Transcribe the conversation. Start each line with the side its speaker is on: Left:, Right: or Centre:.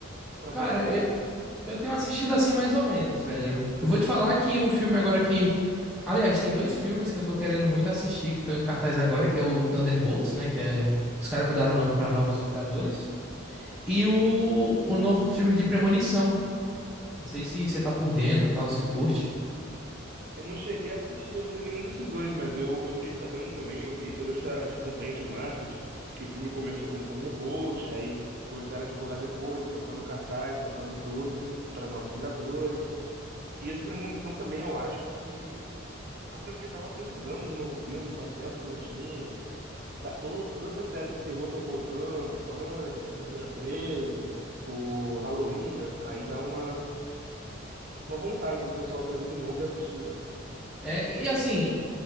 Right: pra
Centre: Cara,
Right: você,
Centre: eu,
Right: né?
Centre: eu tenho assistido assim mais ou menos, velho. Eu vou te falar que um filme agora que. Aliás, tem dois filmes que eu tô querendo muito assistir, que estão em cartaz agora, que é o Thunderbolts, né? Que é. Os caras mudaram o nome pra Novos Vingadores. E o, o novo filme de Premonição. Não sei se você tá por dentro, tal, se você curte.
Right: Eu não cheguei a assistir ainda nenhum desses dois, mas eu, eu fiquei sabendo também, eu vi toda essa, essa campanha de marketing, que o filme começou como Thunderbolt, aí começaram a divulgar depois, trocando cartaz, trocando tudo, para Novos Vingadores. E esse Premonição também, eu acho que a franquia tava precisando de um novo filme, faz tempo que eu não tinha. Tá- todo- todas essas séries de terror estão voltando, Pânico, Sexta-feira treze o Halloween, né? Aí dá uma, uma vontade do pessoal trazer de novo e assistir, né?
Centre: É, e assim,